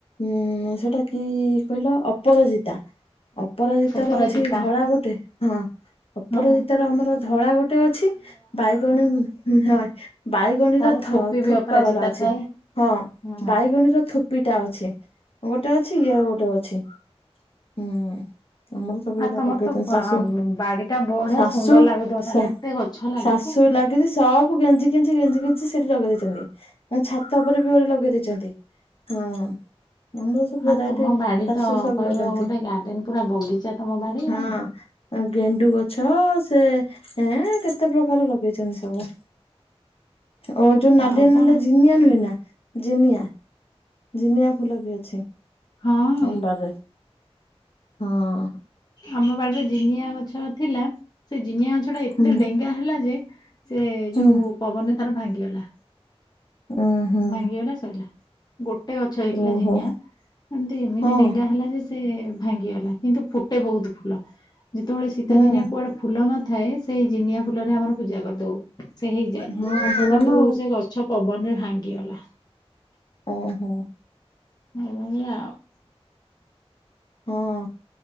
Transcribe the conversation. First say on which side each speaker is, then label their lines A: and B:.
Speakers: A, on the left (about 60°); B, on the left (about 40°).
A: ଉଁ ସେଟା କି କହିଲ ଅପରାଜିତା। ଅପରାଜିିତ
B: ଅପରାଜିତା
A: ର ଅଛି ଧଳା ଗୋଟେ ହଁ ଅପରାଜିିତାର
B: ହଁ
A: ଆମର ଧଳା ଗୋଟେ ଅଛି ବାଇଗଣୀ ହୁଁ ହଁ ବାଇଗଣୀର
B: ତାର
A: ଥ
B: ଥୋପି ବି
A: ଥୋପା
B: ଅପରାଜିତା
A: ବାଲା ଅଛି
B: ଥାଏ।
A: ହଁ
B: ହୁଁ
A: ବାଇଗଣୀର ଥୋପିଟା ଅଛି। ଗୋଟେ ଅଛି ଇଏ ଆଉ ଗୋଟେ ଅଛି ହୁଁ ଆମର ସବୁ ଏଇରା
B: ଆଉ ତମର
A: ଲଗେଇଛନ୍ତି
B: ତ ବା
A: ଶାଶୁ
B: ବାଡି ଟା ବଢିଆ
A: ଶାଶୁ
B: ସୁନ୍ଦର ଲାଗୁଥିବ
A: ଶା
B: ତାହେଲେ ଏତ ଏତେ ଗଛ ଲାଗିଚି।
A: ଶାଶୁ ଲାଗିଛି ସବୁ ଗେଞ୍ଜି ଗେଞ୍ଜି ଗେଞ୍ଜି ଗେଞ୍ଜି ସେଠି ଲଗେଇ ଦେଇେଛନ୍ତି ଛାତ ଉପରେ ବି ଗୁରେ ଲଗେଇ ଦେଇଛନ୍ତି। ହଁ। ଆମର ସବୁ ଭେରାଇଟି
B: ଆ ତମ ବାଡି
A: ଶାଶୁ
B: ତ
A: ସବୁ
B: କହିବ
A: ଲଗାନ୍ତି
B: ଗୋଟେ ଗାର୍ଡେନ ପୁରା ବଗିଚା ତମ ବାଡି
A: ହଁ।
B: ଆଉ।
A: ଗେଣ୍ଡୁ ଗଛ ସେ ଏଁ କେତେ ପ୍ରକାର ଲଗେଇଛନ୍ତି ସବୁ ଓ ଯୋଉ ନାଲିଆ
B: ଆଉ କଣ
A: ନାଲିଆ ଜିନିଆ ନୁହେ ନା ଜିନିଆ ଜିନିଆ ଫୁଲ ବି ଅଛି
B: ହଁ
A: ଆମ ବାରିରେ ଅଁ
B: ଆମ ବାଡିରେ ଜିନିଆ ଗଛ ଥିଲା ସେ ଜିନିଆ ଗଛ ଟା ଏତେ
A: ହୁଁ
B: ଡେଙ୍ଗ ଡେଙ୍ଗା ହେଲା ଯେ ସେ
A: ହୁଁ
B: ଯୋଉ ପବନ ତାର ଭାଙ୍ଗିଗଲା।
A: ଉଁ ହୁଁ
B: ଭାଙ୍ଗିଗଲା ସୋଇଲା ଗୋଟେ ଗଛ ହେଇଥିଲା
A: ଓହୋ
B: ଜିନିଆ ଏମତି ଏମିତି
A: ହଁ
B: ଡେଙ୍ଗା ହେଲା ଯେ ସେ ଭାଙ୍ଗିଗଲା କିନ୍ତୁ ଫୁଟେ ବହୁତ ଫୁଲ ଯେତେବେଳେ ଶୀତ
A: ହୁଁ।
B: ଦିନିଆ କୁଆଡେ ଫୁଲ ନଥାଏ। ସେଇ ଜିନିଆ ଫୁଲରେ ଆମର ପୂଜା କରିଦଉ ସେ ହେଇଯାଏ
A: ହଁ ଭଲ
B: କିନ୍ତୁ
A: ନା
B: ସେ ଗଛ ଗଛ ପବନରେ ଭାଙ୍ଗିଗଲା।
A: ଓହୋ।
B: ହିଲ <unintelligible>
A: ହଁ